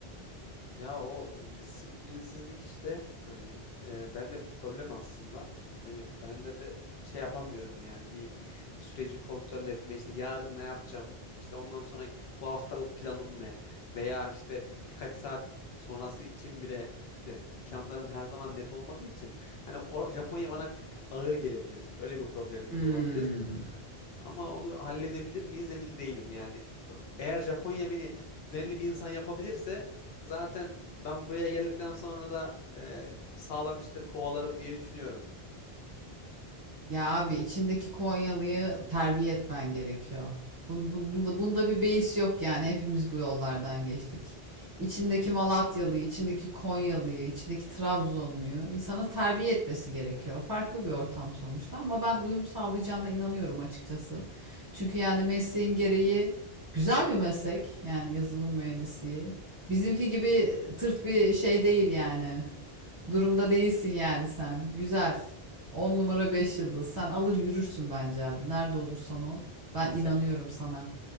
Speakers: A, on the left; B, on the right.
A: Ya ya o e, disiplinsizlik işte hani e, ben de bir problem aslında. Hani bende de şey yapamıyorum yani bir süreci kontrol etme işte yarın ne yapacağım işte ondan sonraki bu haftalık planım ne veya işte birkaç saat sonrası için bile işte planlarım her zaman net olmadığı için hani o, Japonya bana bir tık ağır gelebilir. Öyle bir problemimiz
B: Hmm.
A: olabilir. Ama onu halledebilir miyiz emin değilim yani. Eğer Japonya beni düzenli bir insan yapabilirse zaten ben buraya geldikten sonra da e, sağlam işleri kovalarım diye düşünüyorum.
B: Ya abi içindeki Konyalı'yı terbiye etmen gerekiyor. Bun, bunda, bunda bir beis yok yani hepimiz bu yollardan geçtik. İçindeki Malatyalı'yı, içindeki Konyalı'yı, içindeki Trabzonlu'yu insana terbiye etmesi gerekiyor. Farklı bir ortam sonuçta ama ben uyum sağlayacağına inanıyorum açıkçası. Çünkü yani mesleğin gereği güzel bir meslek yani yazılım mühendisliği. Bizimki gibi tırt bir şey değil yani. Durumda değilsin yani sen. Güzel. on numara 5 yıldız. Sen alır yürürsün bence abi. Nerede olursan ol. Ben
A: Ya, se-
B: inanıyorum sana.